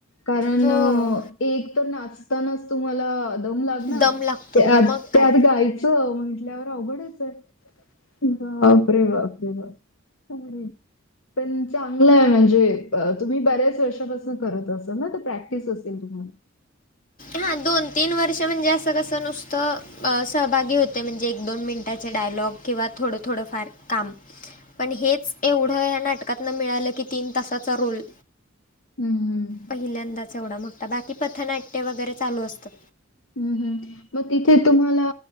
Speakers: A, on the left; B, on the left.
A: कारण
B: हो
A: अ एक तर नाचतानाच तुम्हाला दम लागणार,
B: दम लागतो
A: त्यात
B: मग
A: त्याआधी
B: काय
A: गायचं म्हंटल्यावर अवघडचे. बापरे-बापरे-बाप <unintelligible> पण चा चांगलंय म्हणजे अ तुम्ही बऱ्याच वर्षापासून करत असाल ना? त प्रॅक्टिस असेल तुम्हाला.
B: हां दोन तीन वर्ष म्हणजे असं कसं नुसतं अ सहभागी होते म्हणजे एक दोन मिनटाचे डायलॉग किंवा थोडं - थोडंफार काम. पण हेच एवढं या नाटकातन मिळालं की तीन तासाचा रोल
A: हम्म - हम्म.
B: पहिल्यांदाच एवढा मोठा बाकी पथनाट्य वगैरे चालू असतं.
A: हम्म - हम्म. मग तिथे तुम्हाला